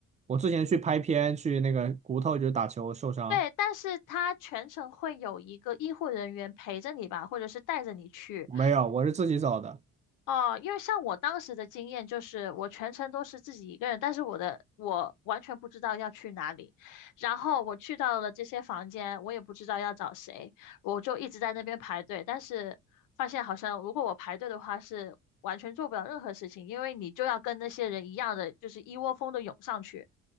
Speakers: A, on the right; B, on the left.
A: 我之前去拍片，去那个骨头就是打球受伤，
B: 对，但是他全程会有一个医护人员陪着你吧，或者是带着你去。
A: 没有，我是自己找的。
B: 哦，因为像我当时的经验就是，我全程都是自己一个人，但是我的我完全不知道要去哪里，然后我去到了这些房间，我也不知道要找谁，我就一直在那边排队，但是发现好像如果我排队的话是完全做不了任何事情，因为你就要跟那些人一样的，就是一窝蜂的涌上去，